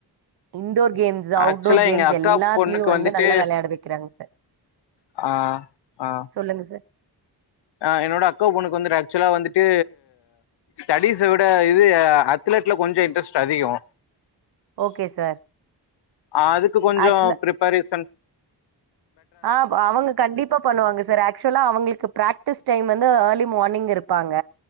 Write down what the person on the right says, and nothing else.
இன்டோர் கேம்ஸ் அவுட்டோர்
கேம்ஸ்
எல்லாத்துலயு
வந்து
நல்லா வெளையாட வெக்கிறாங்க சார்
சொல்லுங்க சார்
ஓகே சார்
ஆக்சுவலா
ஆப் அவுங்க கண்டிப்பா பண்ணுவாங்க சார் ஆக்சுவலா அவுங்களுக்கு பிராக்டிஸ் டைம் வந்து ஏர்லி மோனிங் இருப்பாங்க